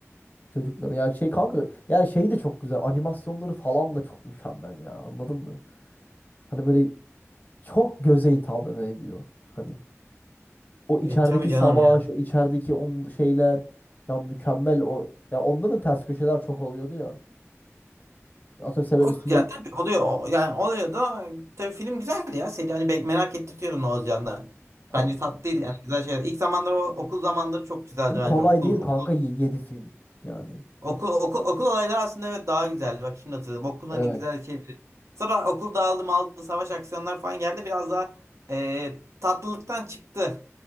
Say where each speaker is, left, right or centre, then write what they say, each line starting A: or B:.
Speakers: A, on the left; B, on the right.
A: Çocukları. Yani şey kanka yani şey de çok güzel. Animasyonları falan da çok mükemmel ya. Anladın mı? Hani böyle çok göze hitap ediyor. Hani o içerideki
B: E tabii canım
A: savaş, o içerideki on şeyler ya mükemmel o. Ya onda da ters köşeler çok oluyordu ya. Atıyorum Severus
B: O
A: Snape
B: yani tabii oluyor o, yani oluyor da tabii film güzeldi ya seri hani bek- merak ettirtiyordu ne olacağını.
A: tabii
B: Bence
A: canım.
B: tatlıydı yani güzel şeyler. İlk zamanlar o okul zamanları çok güzeldi
A: Ve
B: bence
A: kolay
B: okul
A: değil
B: okul
A: kanka 7 film. Yani.
B: okul okul, okul olayları aslında evet daha güzeldi. Bak şimdi hatırladım okul
A: Evet.
B: hani güzel şeydi. Sonra okul dağıldı maldı savaş aksiyonlar falan geldi biraz daha eee, tatlılıktan çıktı.